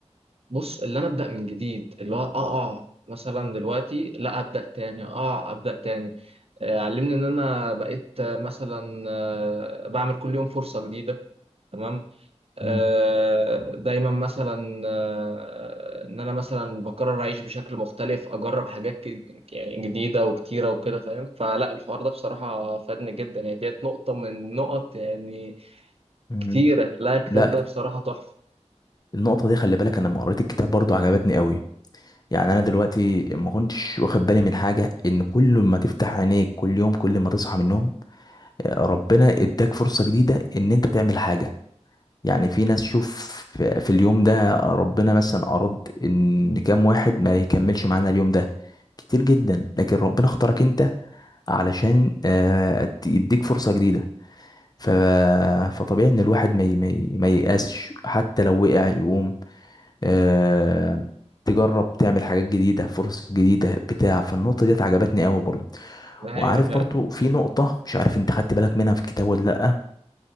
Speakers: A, on the right; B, on the left.
A: بص اللي انا ابدأ من جديد اللي هو اقع مثلا دلوقتي لا ابدأ تاني اقع ابدأ تاني آه علمني ان انا بقيت آه، مثلا آه بعمل كل يوم فرصة جديدة تمام آه،
B: مم.
A: دايما مثلا آه، ان انا مثلا بقرر اعيش بشكل مختلف اجرب حاجات ك- يعني جديده وكتيره وكده فاهم فلا الحوار ده بصراحه فادني جدا يعني ديت نقطه من نقط يعني
B: مم.
A: كتيره لا الكتاب
B: لا
A: ده بصراحه تحفه
B: النقطة دي خلي بالك انا لما قريت الكتاب برضو عجبتني قوي يعني انا دلوقتي ما كنتش واخد بالي من حاجة ان كل ما تفتح عينيك كل يوم كل ما تصحى من النوم آه، ربنا اداك فرصة جديدة ان انت تعمل حاجة يعني في ناس شوف في في اليوم ده ربنا مثلا أراد إن كام واحد ما يكملش معانا اليوم ده كتير جدا لكن ربنا اختارك أنت علشان آه، ت- يديك فرصة جديدة ف... فطبيعي إن الواحد ما ي- ما ي- ما ييأسش حتى لو وقع يقوم آه، تجرب تعمل حاجات جديدة فرص جديدة بتاع فالنقطة ديت عجبتني قوي برضه
A: ده حقيقه
B: وعارف
A: فعلا
B: برضه في نقطة مش عارف انت خدت بالك منها في الكتاب ولا لأ